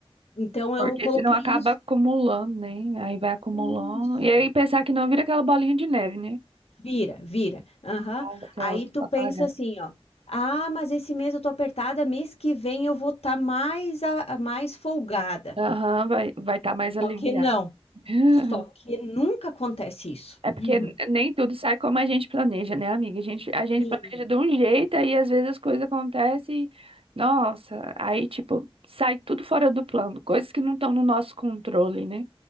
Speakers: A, on the left (about 80°); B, on the right (about 65°).
A: Então,
B: Porque
A: eu coloquei
B: senão acaba
A: isso.
B: acumulando, né? Aí vai acumulando.
A: Isso.
B: E aí pensar que não vira aquela bolinha de neve, né?
A: Vira, vira. Aham.
B: Parcelas
A: Aí tu
B: pra
A: pensa
B: pagar.
A: assim, ó. Ah, mas esse mês eu tô apertada, mês que vem eu vou estar mais, a, a- mais folgada.
B: Aham, vai vai estar mais aliviado.
A: Só que não.
B: <laughs>
A: Só que nunca acontece isso.
B: É porque
A: <laughs>
B: nem tudo sai como a gente planeja, né, amiga? A gente, a gente
A: E-
B: planeja de um jeito, aí às vezes as coisas acontecem, e, nossa, aí tipo, sai tudo fora do plano, coisas que não estão no nosso controle, né?